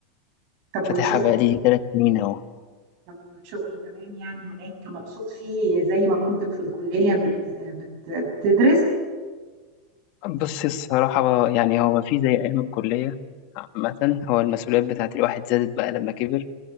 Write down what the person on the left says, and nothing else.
فاتحها بقالي ثلاث سنين اهو
بص الصراحة يعني هو ما في زي أيام الكلية عامة هو المسؤوليات بتاعت الواحد زادت بقى لما كبر